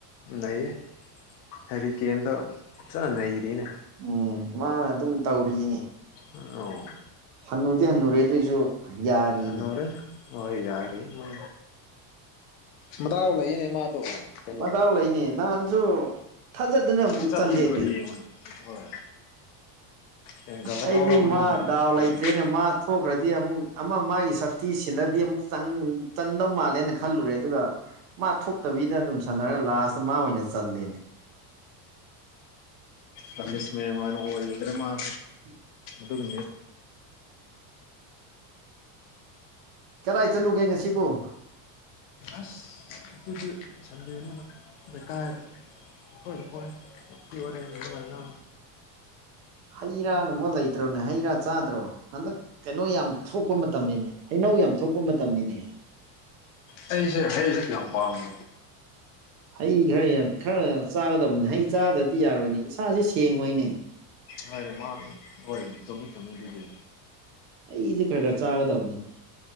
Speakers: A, on the left; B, on the right.
A: ꯂꯩꯏꯌꯦ ꯍꯔꯤ ꯀꯦꯟꯗꯣ ꯅꯩꯅꯔꯤꯅꯦ
B: ꯎꯝ ꯃꯥꯅ ꯑꯗꯨꯝ ꯇꯧꯔꯤꯅꯤ
A: ꯑꯣ
B: ꯍꯟꯅꯨꯗꯤ ꯍꯟꯅꯨꯔꯦ ꯑꯗꯨꯏꯁꯨ ꯌꯥꯔꯤꯅꯦ
A: ꯍꯅꯨꯔꯦ ꯍꯣꯏ ꯌꯥꯔꯤ ꯃꯥ ꯃꯗꯥꯥꯎ ꯂꯩꯅꯦ ꯃꯥꯗꯣ ꯀꯩꯅꯣ
B: ꯃꯇꯗꯥꯎ ꯂꯩꯅꯦ ꯅꯍꯥꯟꯁꯨ ꯊꯥꯖꯗꯅ ꯑꯃꯨꯛ
A: ꯈꯨꯆꯪꯗꯣ
B: ꯆꯜꯂꯦ
A: ꯌꯦꯡꯉꯨꯅꯦ ꯍꯣꯏ ꯑꯦꯡꯒꯜꯗ
B: ꯑꯩꯗꯤ
A: ꯀꯥꯎꯔꯛꯄꯗꯨꯅꯅꯦ
B: ꯃꯥ ꯗꯥꯎ ꯂꯩꯇ꯭ꯔꯦꯅ
A: ꯌꯦꯡꯉꯣ
B: ꯃꯥ ꯊꯣꯛꯈ꯭ꯔꯗꯤ ꯑꯃꯨꯛ ꯑꯃ ꯃꯥꯒꯤ ꯁꯞꯇꯤ ꯁꯤꯜꯂꯗꯤ ꯑꯃꯨꯛ ꯆꯟꯗꯧ ꯃꯥꯜꯂꯦꯅ ꯈꯜꯂꯨꯔꯦ ꯑꯗꯨꯒ ꯃꯥ ꯊꯣꯛꯇꯕꯤꯗ ꯑꯗꯨꯝ ꯁꯥꯟꯅꯔꯒ ꯂꯥꯁꯇ ꯃꯥ ꯑꯣꯏꯅ ꯆꯜꯂꯦꯅꯦ <unintelligible>
A: ꯁ ꯃꯦꯃ ꯍꯔ ꯃ ꯃꯥ
B: ꯎ
A: ꯑꯗꯨ
B: ꯀꯔꯥꯏ ꯆꯠꯂꯨꯒꯦ ꯉꯁꯤꯕꯨꯣ
A: ꯑꯁ ꯏꯗꯤ ꯁꯟꯗꯦꯅ ꯂꯩꯀꯥꯥꯏꯗ ꯃ ꯑꯣꯏꯔꯦ ꯃ
B: ꯍꯩ ꯔꯥꯒꯨꯝꯕ ꯂꯩꯇ꯭ꯔꯣꯅꯦ ꯍꯩ ꯔꯥ ꯆꯥꯗ꯭ꯔꯣ ꯍꯟꯗꯛ ꯀꯩꯅꯣ ꯌꯥꯝ ꯊꯣꯛꯄ ꯃꯇꯝꯅꯤꯅꯦꯩꯅ ꯏꯧ ꯌꯥꯝ ꯊꯣꯛꯄ ꯃꯇꯝꯅꯤꯅꯦ
A: ꯍꯩꯁꯦ ꯍꯩꯁꯦ ꯀꯌꯥꯝ ꯄꯥꯝꯃꯤ
B: ꯍꯩ ꯈꯔꯌꯝ ꯈꯔꯌꯝ ꯆꯥꯒꯗꯕꯅꯤ ꯍꯩ ꯆꯥꯗ꯭ꯔꯗꯤ ꯌꯥꯔꯣꯏꯅꯦ ꯏꯁꯥꯁꯦ ꯁꯦꯡꯉꯣꯏꯅꯦ
A: ꯍꯣꯏꯅꯦ ꯃꯥꯅꯦ ꯍꯣꯏ ꯆꯨꯝꯃꯤ ꯆꯨꯝꯃꯤꯗꯨꯗꯤ
B: ꯑꯩꯁꯦ ꯈꯔ ꯈꯔ ꯆꯥꯒꯗꯕꯅꯤꯅꯦ